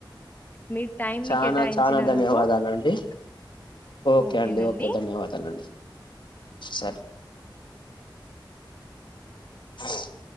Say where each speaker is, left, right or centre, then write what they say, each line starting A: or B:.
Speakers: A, on the left (about 20°); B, on the left (about 70°).
A: మీ టైం
B: చనా
A: ని కేటాయించినందుకు
B: చనా ధన్యవాదాల అండి. ఓకే
A: ఓకేనండి
B: అండి ఓకే ధన్యవాదాలండి సరే <unintelligible>